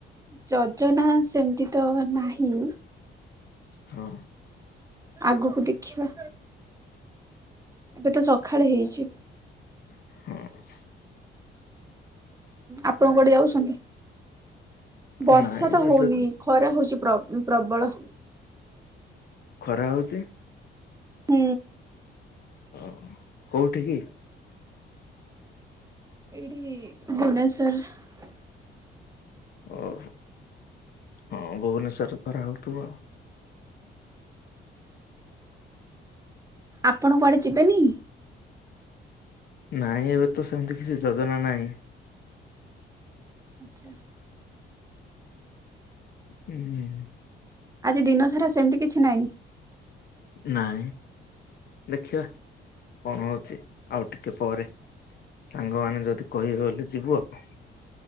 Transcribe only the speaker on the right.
ଯୋଜନା ସେମିତି ତ ନାହିଁ।
ଆଗକୁ ଦେଖିବା। ଏବେ ତ ସକାଳେ ହେଇଛି।
ଆପଣ କୋଉଠି ଯାଉଛନ୍ତି? ବର୍ଷା
ତ
ହଉନି ଖରା ହଉଛି ପ୍ରବଳ।
ହୁଁ।
ଏଇଠି ଭୁବନେଶ୍ୱର।
ଆପଣ କୁଆଡେ ଯିବେନି?
ଆଚ୍ଛା।
ଆଜି ଦିନ ସାରା ସେମିତି କିଛି ନାହିଁ।